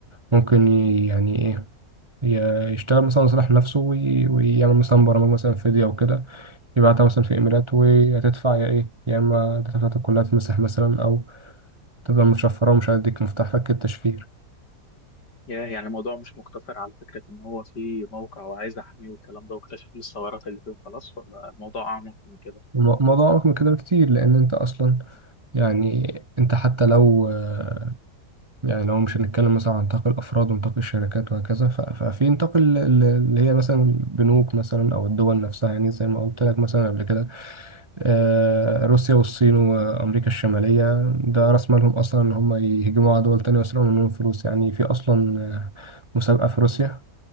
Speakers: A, on the right; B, on the left.
A: ممكن ي- يعني ايه ي- يشتغل مثلا لصالح نفسه وي- ويعمل مثلا برامج مثلا فيديو او كده يبعتها مثلا في ايميلات وهتدفع يا ايه يا اما داتا بتاعتك كلها تمسح مثلا او تفضل مشفرة ومش هيديك مفتاح فك التشفير
B: يا يعني الموضوع مش مقتصر على فكرة إن هو في موقع وعايز أحميه والكلام ده واكتشف الثغرات اللي فيه وخلاص ولا الموضوع أعمق من كده؟
A: الم- الموضوع أعمق من كده بكتير لأن أنت أصلا يعني أنت حتى لو آه، يعني لو مش هنتكلم مثلا عن نطاق الأفراد ونطاق الشركات وهكذا ف- ففي نطاق ال- ال- اللي هي مثلا البنوك مثلا أو الدول نفسها يعني زي ما قلت لك مثلا قبل كده آه، روسيا والصين وأمريكا الشمالية ده رأس مالهم أصلا إن هم يهجموا على دول تانية ويسرقوا منهم فلوس يعني في أصلا آه، مسابقة في روسيا